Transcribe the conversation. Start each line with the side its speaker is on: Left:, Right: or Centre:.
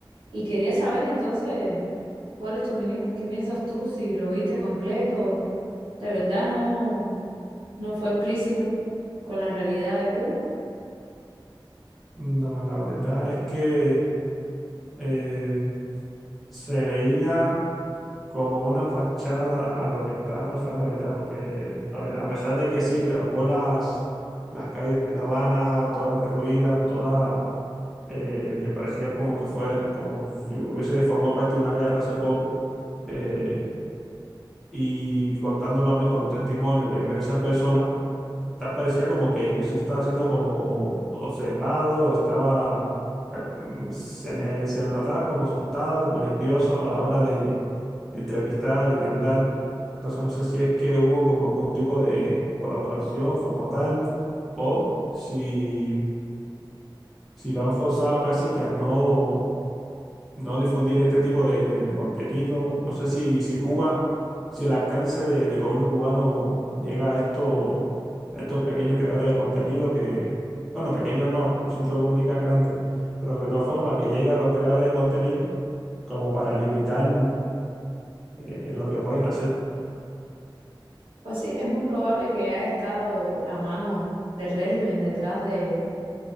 Right: y quería saber entonces cuál es tu opinión, qué piensas tú, si lo viste completo, de verdad no, no fue explícito con la realidad de Cuba.
Centre: No, la verdad es que eh, se veía como una fachada a lo que estaba pasando, ¿verdad? Porque a ver, a pesar de que sí, grabó las, las calles de La Habana, todas derruidas, todas eh, que parecía como que fue, como si hubiese formado parte de una guerra hace poco, eh, y contando también con los testimonios de diversas personas ta- parecía como que Luisito estaba siendo como observado o estaba, eh, mm, se le, se le notaba como asustado, como nervioso a la hora de, de entrevistar y de hablar. Entonces no sé si es que hubo como algún tipo de colaboración como tal o si, si lo han forzado casi que a no no difundir este tipo de, de contenido. No sé si, si Cuba, si el alcance de, de gobierno cubano llega a estos, a estos pequeños creadores de contenido que, bueno, pequeños no, Luisito Comunica es grande, pero que de todas formas que llegue a los creadores de contenido como para limitar eh, lo que pueden hacer.
Right: Pues sí, es muy probable que haya estado la mano del régimen detrás de,